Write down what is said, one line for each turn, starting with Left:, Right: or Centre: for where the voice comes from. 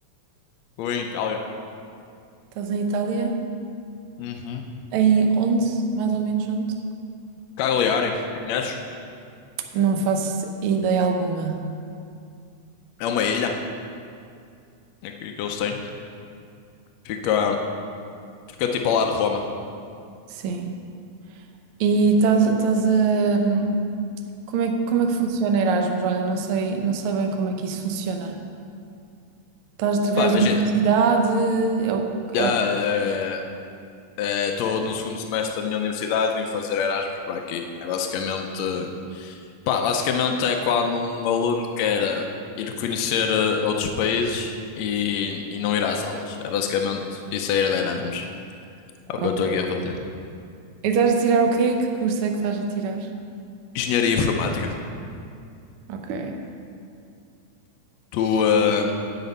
Left: Estou em Itália.
Right: Estás em Itália?
Left: Uhum.
Right: Em onde? Mais ou menos onde?
Left: Cagliari, conheces?
Right: Não faço ideia alguma.
Left: É uma ilha aqui que eles têm. Fica, fica tipo ao lado de Roma.
Right: Sim. E estás, estás a... Como é, que- como é que funciona Erasmus? Olha, não sei, não sei bem como é que isso funciona. Estás através
Left: Pá, imagina.
Right: da universidade? É o, é
Left: Já
Right: o...
Left: eh, eh, estou no segundo semestre da minha universidade vim fazer Erasmus para aqui. É basicamente. Pá, basicamente é quando um aluno quer eh, ir conhecer eh, outros países e, e não ir às aulas. É basicamente isso é ir de Erasmus. É
Right: Ok.
Left: o que eu estou aqui a fazer.
Right: E estás a tirar o quê? Que curso é que estás a tirar?
Left: Engenharia informática.
Right: Ok.
Left: Tu, ah,